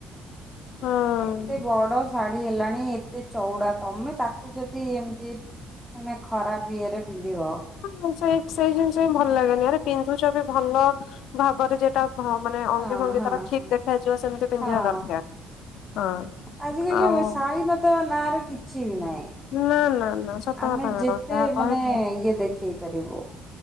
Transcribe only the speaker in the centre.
ଏତେ ବଡ ଶା ହେଲାଣି ଏତେ ଚଉଡା ତମେ ତାକୁ ଯଦି ଏମତି ମାନେ ଖରାପ ଇଏରେ ପିନ୍ଧିବ।
ହଁ
ହଁ
ହଁ।
ହଁ
ଆଜିକାଲି
ଶାଳୀନତା ନାଁରେ କିଛି ବି ନାହିଁ?
ଆମେ
ଯେତେ
ମାନେ ଇଏ ଦେଖେଇ ପାରିବୁ।